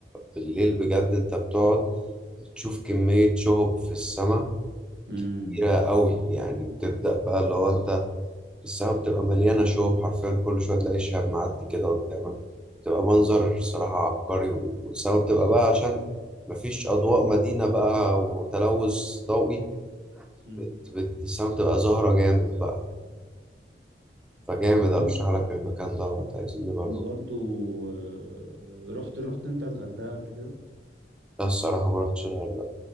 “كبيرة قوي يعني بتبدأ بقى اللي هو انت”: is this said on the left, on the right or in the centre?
Centre